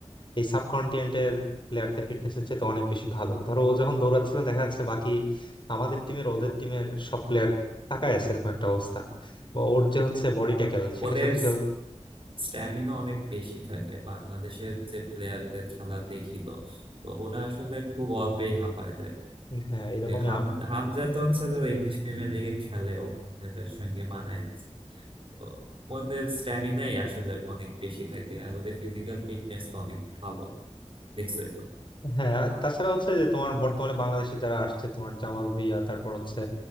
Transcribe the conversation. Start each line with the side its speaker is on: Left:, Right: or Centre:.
Left: এই সাবকন্টিনেন্টের প্লেয়ারদের ফিটনেস এর চেয়ে অনেক বেশি ভালো ধরো ও যখন দৌড়াচ্ছিল দেখা যাচ্ছে বাকি আমাদের টিমের ওদের টিমের সব প্লেয়ার তাকায় আছে এরকম একটা অবস্থা বা ওর যে হচ্ছে বডি ট্যাকেল সেটার
Right: ওদের
Left: সাথে কেউ
Right: স্ট্যামিনা অনেক বেশি থাকে বাংলাদেশের যে প্লেয়ারদের খেলা দেখি তো তো ওরা আসলে খুব অল্পেই হাঁপায় যায়
Left: হ্যাঁ এরকমই
Right: যে হাম হামজা তো হচ্ছে তো ইংলিশ প্রিমিয়ার লিগে খেলে ও হিসেবের সঙ্গে মানায় নিচ্ছে তো ওদের স্ট্যামিনাই আসলে অনেক বেশি থাকে আর ওদের ফিজিক্যাল ফিটনেস তো অনেক ভালো দেখছোই তো
Left: হ্যাঁ আর তাছাড়া হচ্ছে যে তোমার বর্তমানে বাংলাদেশে যারা আসছে তোমার জামাল ভুঁইয়া তারপর হচ্ছে